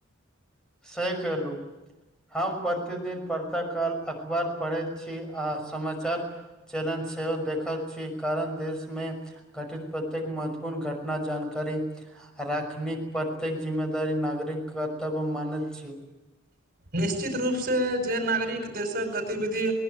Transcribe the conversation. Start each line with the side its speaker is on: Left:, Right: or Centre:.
Centre: सही केहलु। हम प्रतिदिन प्रातःकाल अखबार पढ़ैत छी आ समाचार चैलेंज सेहो देखत छी कारण देशमे घटित प्रत्येक महत्वपूर्ण घटना जानकारी राखनीक प्रत्येक जिम्मेदारी नागरिक कर्तव्य मानैत छी।
Right: निश्चित रूप से जे नागरिक देशक गतिविधि